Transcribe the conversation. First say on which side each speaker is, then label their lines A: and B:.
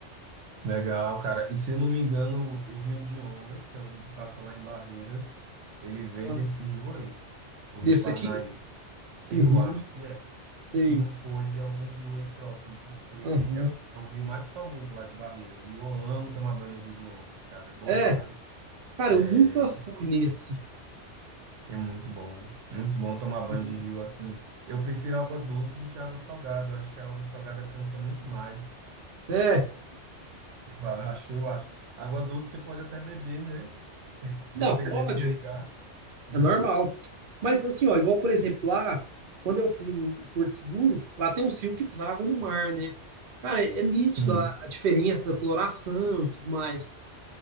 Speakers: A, on the right; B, on the right.
A: Legal, cara. E se eu não me engano, o Rio de Ondas, que é o rio que passa lá em Barreiras, ele vem
B: Ah,
A: desse rio aí, o
B: Desse
A: Rio Parnaíba.
B: aqui?
A: Eu
B: Uhum,
A: acho que é.
B: sei.
A: Se não for de algum rio aí próximo, porque
B: Uhum.
A: é o rio mais famoso lá de Barreiras. E eu amo tomar banho no Rio de Ondas, cara. É bom
B: É,
A: demais.
B: Cara,
A: É,
B: eu nunca fui nesse.
A: é muito bom. né? Muito bom tomar banho
B: Uhum.
A: de rio assim. Eu prefiro água doce do que água salgada. Eu acho que a água salgada cansa muito mais.
B: É,
A: Eu acho, eu acho. Água doce você pode até beber, né? dependendo
B: não, pode,
A: do lugar, né?
B: é normal. Mas assim, ó, igual por exemplo lá, quando eu fui em Porto Seguro, lá tem uns rios que deságua no mar, né? Cara, é, é nítido
A: Sim.
B: a, a diferença da coloração e tudo mais.